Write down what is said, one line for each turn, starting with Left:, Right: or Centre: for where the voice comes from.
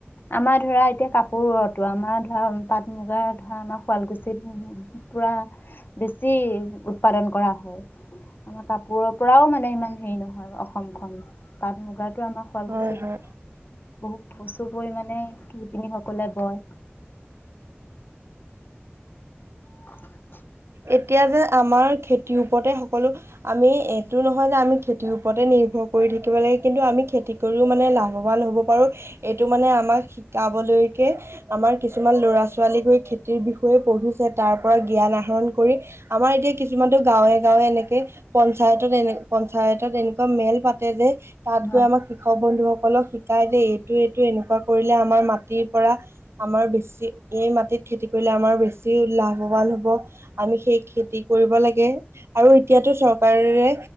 Left: আমাৰ ধৰা এতিয়া কাপোৰটো আমাৰ ধৰা পাট মুগাৰ ধৰা আমাৰ শুৱালকুছিত পুৰা বেছি উৎপাদন কৰা হয়। আমাৰ কাপোৰৰ পৰাও মানে ইমান হেৰি নহয় অসমখন পাত মুগাটো আমাৰ শুৱালকুছিত
Right: হয় হয়
Left: বহুত প্ৰচুৰ পৰিমাণে শিপিনীসকলে বয়। <inaudible>
Right: এতিয়া যে আমাৰ খে তিৰ ওপৰতে সকলো। আমি এইটো নহয় যে আমি খেতিৰ ওপৰতে নিৰ্ভৰ কৰি থাকিব লাগে কিন্তু আমি খেতি কৰিও মানে লাভৱান হ'ব পাৰোঁ এইটো মানে আমাক শিকাবলৈকে আমাৰ কিছুমান ল'ৰা ছোৱালী গৈ খেতিৰ বিষয়ে পঢ়িছে তাৰপৰা জ্ঞান আহৰণ কৰি আমাৰ এতিয়া কিছুমানটো গাঁৱে গাঁৱে এনেকে পঞ্চায়তত এনে পঞ্চায়তত এনেকুৱা মেল পাতে যে তাত
Left: হয়
Right: গৈ আমাক শ বন্ধুসকলক শিকাই যে এইটো এইটো এনেকুৱা কৰিলে আমাৰ মাটিৰ পৰা আমাৰ বেছি এই মাটিত খেতি কৰিলে আমাৰ বেছি লাভৱান হব। আমি সেই খেতি কৰিব লাগে আৰু এতিয়াতো চৰকাৰে